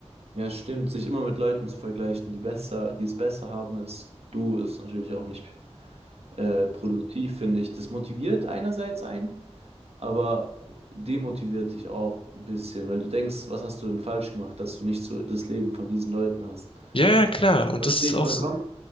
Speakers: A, on the right; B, on the left.
A: Ja, stimmt. Sich immer mit Leuten zu vergleichen, die besser, die es besser haben als du, ist natürlich auch nicht äh, produktiv, finde ich. Das motiviert einerseits einen, aber demotiviert dich auch ein bisschen, weil du denkst, was hast du denn falsch gemacht, dass du nicht so das Leben von diesen Leuten hast.
B: Ja, ja, klar. Und
A: Verstehe
B: das ist auch
A: ich vollkommen.
B: so.